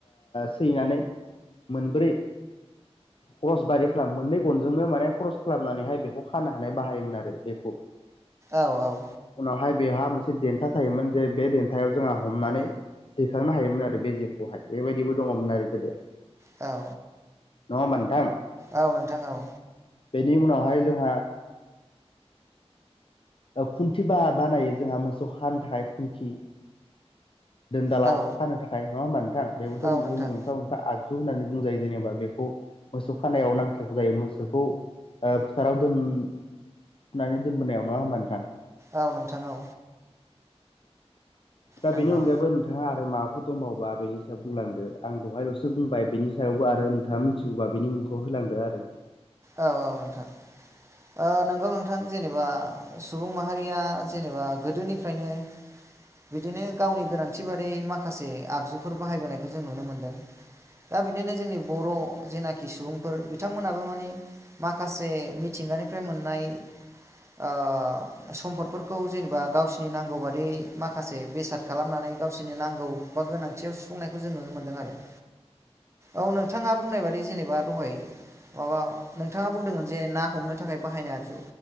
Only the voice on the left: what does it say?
सैनानै मोनब्रै क्रस बायदि खालाम मोननै गनजोंनो माने क्रस खालामनानैहाय बेखौ खानो हानाय बाहायोमोन आरो बेखौ।
उनावहाय बेहा मोनसे देन्था थायोमोन जे बे देन्थायाव जोंहा हमनानै। दैखांनो हायोमोन आरो बे जेखौहाय बेबायदिबो दङमोन आरो गोदो।
नङा होनबा नोंथां?
बेनि उनावहाय जोंहा खुन्थि बा बानायो जोंहा मोसौ खानो थाखाय खुन्थि। दोनदालाव
खानो थाखाय नङा होमबा नोंथां बेबोथ'
जोंनि मोनफा मोनफा आग जु होननानै बुंजायो जेनेबा बेखौ मोसौ खानायाव नांथारगौ जायो मोसौखौ। ओ फोथाराव दोन फुनानै दोनबोनायाव नङा होमबा नोंथां।
दा
बेनि अनगायैबो नोंथाङा आरो मा हाफोर दंबावोबा बेनि सायाव बुंलांदो आं दहायल'सो बुंबाय बेनि सायावबो आरो नोंथाङा मिथिगौबा बेनि मुंखौ ह <unintelligible> आरो।
<inaudible>